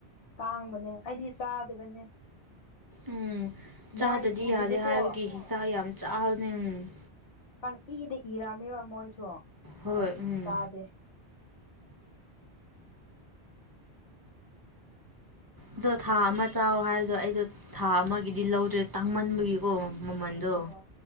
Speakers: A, on the left (about 70°); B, on the right (about 25°).
A: ꯇꯥꯡꯕꯅꯦ ꯑꯩꯗꯤ ꯆꯥꯗꯕꯅꯦ
B: ꯎꯝ ꯆꯥꯗ꯭ꯔꯗꯤ
A: ꯃꯣꯏꯅ ꯏꯕꯁꯨ
B: ꯌꯥꯗꯦ ꯍꯥꯏꯕꯒꯤ ꯍꯤꯗꯥꯛ ꯌꯥꯝ ꯆꯥꯎꯕꯅꯤ ꯎꯝ
A: ꯄꯪ ꯏꯗ ꯏꯔꯝꯃꯦꯕ ꯃꯣꯏꯁꯨ
B: ꯍꯣꯏ
A: ꯑꯗꯨ
B: ꯎꯝ
A: ꯇꯥꯗꯦ
B: ꯑꯗꯣ ꯊꯥ ꯑꯃ ꯆꯥꯎ ꯍꯥꯏꯕꯗꯣ ꯑꯩꯗꯣ ꯊꯥ ꯑꯃꯒꯤꯗꯤ ꯂꯧꯗ꯭ꯔꯦ ꯇꯥꯡꯃꯟꯕꯒꯤ ꯀꯣ ꯃꯃꯟꯗꯣ
A: ꯑꯣ